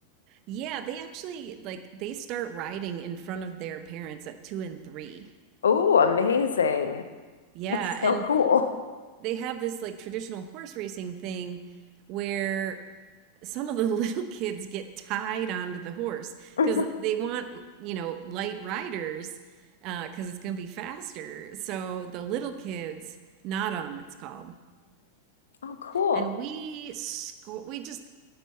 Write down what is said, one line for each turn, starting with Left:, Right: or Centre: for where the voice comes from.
Right: Yeah, they actually like they start riding in front of their parents at two and three.
Left: Oh, amazing.
Right: Yeah,
Left: That's so
Right: and
Left: cool.
Right: they have this like traditional horse racing thing where some of the <laughs> little kids get tied onto the horse
Left: <laughs> hmm
Right: because they want, you know, light riders uh, because it's going to be faster. So the little kids, not 'em, it's called.
Left: Oh, cool.
Right: And we sco- we just